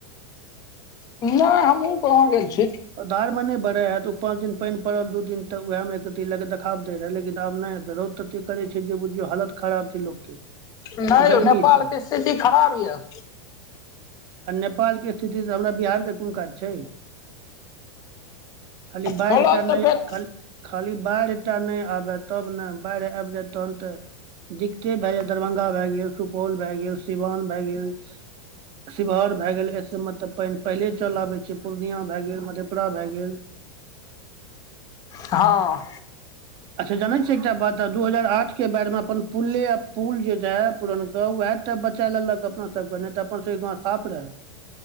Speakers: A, on the left; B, on the right.
A: नई हमहुँ कहाँ गेल छी।
B: ओ धारमे नहि बढ़ै है तऽ ओ पाँच दिन पानि पड़ल दू दिन तऽ उहै मे तैय लऽक देखाब दै रहै लेकिन आब नहि हेतै रौद। तते करे छै जे बुझियौ हालत खराब छै लोक के।
A: नहि
B: गर्मी
A: यौ नेपाल
B: से
A: के स्थिति खराब यैऽ।
B: आ नेपाल के स्थिति सँ हमरा बिहार के कुन काज छै। खाली बाढि
A: खोलब
B: टा
A: तऽ
B: नहि
A: फेर
B: खाली। खाली बाढ़ि टा नहि आबैय तब ने बाढ़ि आबि जाय तहन तऽ। दिकते भए जाय दरभंगा भए गेल सुपौल भए गेल सिवान भए गेल। शिवहर भए गेल एते मतब पानि पहिले चल आबै छै पूर्णिया भए गेल मधेपुरा भए गेल। <inaudible>
A: हँ
B: अच्छा जनै छियै एकटा बात दू हजार आठ के बैर मे अपन। पुले आ पुल जे रहै पुरनका वएह टा बचा लेलक अपना सबके नैय तऽ अपन सबके गाँव साफ रहे।